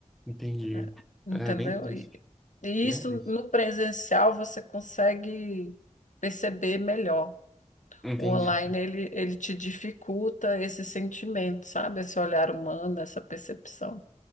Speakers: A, in the centre; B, on the left.
A: Entendi.
B: né? Entendeu?
A: É bem triste,
B: E, e
A: bem
B: isso
A: triste.
B: no presencial você consegue perceber melhor.
A: Entendi.
B: O online ele, ele te dificulta esse sentimento, sabe? Esse olhar humano, essa percepção.